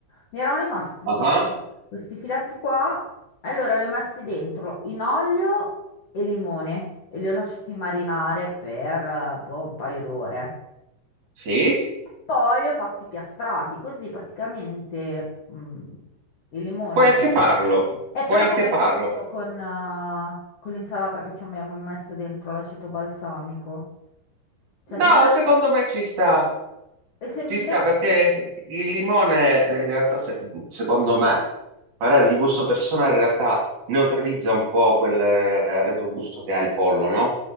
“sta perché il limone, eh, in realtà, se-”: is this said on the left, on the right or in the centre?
Right